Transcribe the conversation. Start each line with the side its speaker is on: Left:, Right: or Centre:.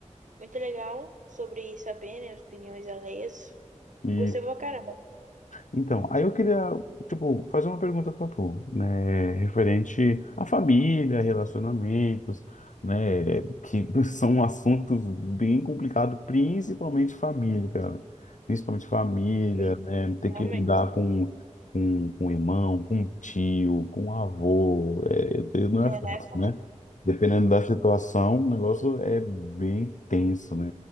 Right: Muito legal sobre saber, né, as opiniões alheias.
Left: E
Right: Gostei pra caramba.
Left: Então, aí eu queria, tipo, fazer uma pergunta para tu, né, referente à família, relacionamentos, né, que <laughs> são assuntos bem complicados, principalmente família, cara. Principalmente família,
Right: Sim,
Left: né, ter
Right: realmente,
Left: que lidar com, com, com irmão, com tio, com avô, é, é- não
Right: né?
Left: é fácil,
Right: Nessa.
Left: né? Dependendo da situação, o negócio é bem tenso, né?